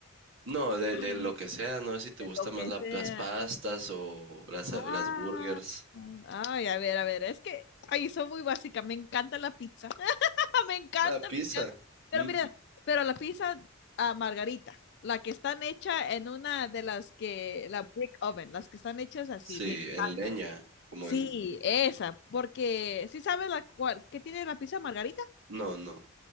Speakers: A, on the right (about 65°); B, on the left (about 55°).
A: No, de,
B: Ah,
A: de lo que sea, no sé si te
B: de
A: gustan
B: lo que
A: más la-
B: sea.
A: las pastas o las,
B: Ah,
A: las burgers.
B: ay, a ver, a ver, es que, ay, soy muy básica, me encanta la pizza. <laughs> me encanta,
A: La pizza.
B: me encanta.
A: Mm,
B: Pero mira, pero la pizza a margarita, la que están hecha en una de las que, la brick oven, las que están hechas así,
A: sí,
B: me encanta.
A: en leña, como
B: Sí,
A: en...
B: esa, porque si sabes la cual, ¿qué tiene la pizza margarita?
A: No, no.